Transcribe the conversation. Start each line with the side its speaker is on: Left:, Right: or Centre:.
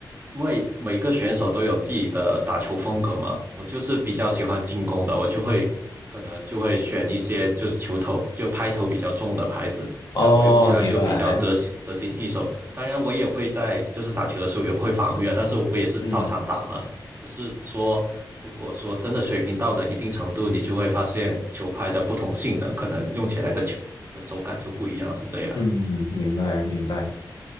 Right: 因为每个选手都有自己的打球风格嘛，我就是比较喜欢进攻的，我就会可能就会选一些就是球头就拍头比较重的拍子，这样我用起来就比较得心得心应手。
Left: 哦，明白，
Right: 当然，我也会在就是打球的时候也会防御啊，但是我也是照常打嘛，
Left: 嗯
Right: 只是说如果说真的水平到了一定程度，你就会发现球拍的不同性能，可能用起来的球的手感就不一样，是这样。
Left: 嗯，明白明白。